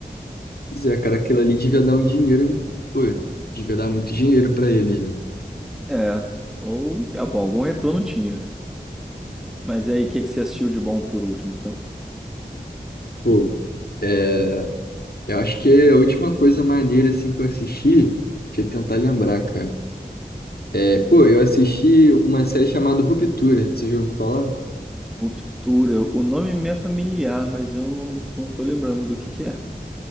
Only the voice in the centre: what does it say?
É, ou, ah, bom, algum retorno tinha. Mas e aí, o que que você assistiu de bom por último, então?
Ruptura. O nome me é familiar, mas eu não, não tô lembrando do que que é.